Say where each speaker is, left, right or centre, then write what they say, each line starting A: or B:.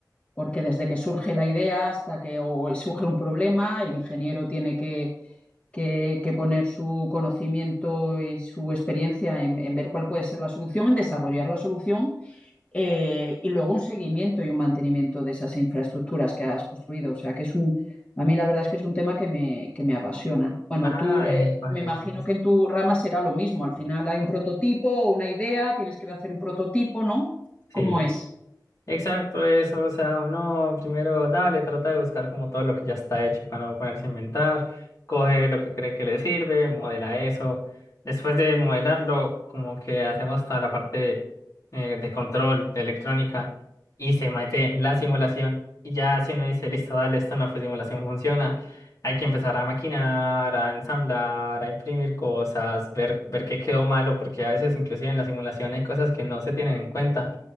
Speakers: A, on the left; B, on the left.
A: porque desde que surge la idea hasta que o surge un problema, el ingeniero tiene que, que- que poner su conocimiento y su experiencia en, en ver cuál puede ser la solución, en desarrollar la solución eh, y luego un seguimiento y un mantenimiento de esas infraestructuras que has construido. O sea, que es un, a mí la verdad es que es un tema que me, que me apasiona. Bueno,
B: Ah,
A: tú eh,
B: epa,
A: me imagino
B: eso es.
A: que en tu rama será lo mismo. Al final hay un prototipo, una idea, tienes que hacer un prototipo, ¿no?
B: Sí.
A: ¿Cómo es?
B: Exacto, eso, o sea, uno primero, dale, trata de buscar como todo lo que ya está hecho para no ponerse a inventar, coge lo que cree que le sirve, modela eso, después de modelarlo, como que hacemos toda la parte eh, de control, de electrónica, y se mete en la simulación, y ya si uno dice, listo, dale, esto en la simulación funciona, hay que empezar a maquinar, a ensamblar, a imprimir cosas, ver, ver qué quedó malo, porque a veces inclusive en la simulación hay cosas que no se tienen en cuenta.